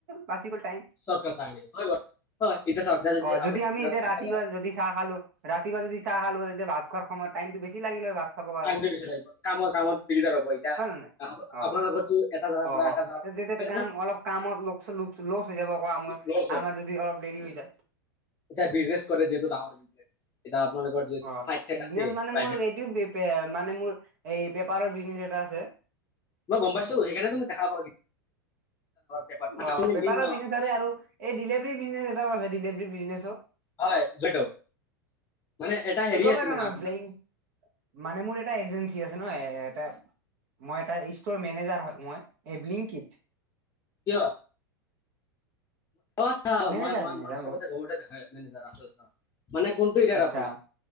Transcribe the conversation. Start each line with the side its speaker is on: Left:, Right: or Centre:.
Right: বাচি গ'ল টাইম।
Left: চৰ্টকাট চাহ খাই হয় হয় এতিয়া চাওক এতিয়া
Right: অ'
Left: আপুনি
Right: যদি আমি
Left: দিনত
Right: এতিয়া
Left: চাহ
Right: ৰাতিপুৱা
Left: খালে
Right: যদি চাহ খালোঁ। ৰাতিপুৱা যদি চাহ খালোঁ হয়, তেতিয়া ভাত খোৱাৰ সময়ত টাইমটো বেছি লাগিল হয় ভাত খাবৰ কাৰণে
Left: টাইমটো বেছি লাগিব কামৰ কামত দিগদাৰ হ'ব এতিয়া।
Right: হয় নে নাই অ'
Left: আপোনালোকৰতো এটা জেগাৰ
Right: অ'
Left: পৰা
Right: অ'
Left: এটা জেগাত
Right: তেতিয়া কাম
Left: মানে
Right: অলপ কামত লোকচান লচ হৈ যাব।
Left: লছ হ'ল।
Right: আমাৰ যদি অলপ দেৰি হৈ যায়।
Left: এতিয়া ব্ৰিজনেছ কৰে যিহেতু ডাঙৰ, এতিয়া আপোনালোকৰ যিহেতু
Right: অ
Left: ফিলাইট চিলাইট
Right: বিজনেচ
Left: আছে
Right: মানে
Left: প্ৰাইভেট।
Right: মোৰ এইটো মানে মোৰ এই পেপাৰৰ ব্ৰিজনেচ এটা আছে।
Left: মই গ'ম পাইছোঁ। সেইকাৰণে টো মই দেখা পাওঁ। পেপাৰ মানে
Right: অ'
Left: আপুনি
Right: পেপাৰৰ
Left: মেইন ন
Right: ব্ৰিজনেছ আৰু এই ডিলেভৰী ব্ৰিজনেছ এটাও আছে, ডেলেভেৰী ব্ৰিজনেছো
Left: হয়, <unintelligible> মানে এটা
Right: <unintelligible>
Left: হেৰি আছে মানে আপোনাৰ
Right: মানে মোৰ এটা এজেঞ্চি আছে ন এ এটা মই এটা ষ্টৰ মেনেজাৰ হয় মই, এই বিলিংকিট
Left: কিয়? অচ্ছা <unintelligible>
Right: মেনেজাৰ মেনেজাৰ মই
Left: মানে কোনটো এৰিয়া
Right: আচ্ছা
Left: আপুনি।